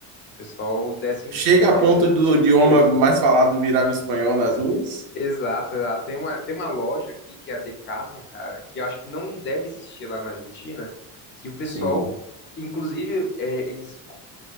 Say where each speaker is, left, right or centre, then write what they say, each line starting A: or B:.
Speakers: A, on the left; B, on the right.
A: O pessoal desce em,
B: Chega a
A: é,
B: ponto do
A: bem
B: idioma
A: em peso.
B: mais falado virar o espanhol nas ruas?
A: Exato, exato. Tem uma, tem uma loja aqui que é a Decathlon, cara, que eu acho que não deve existir lá na Argentina, que o pessoal,
B: Sim.
A: inclusive, é, eles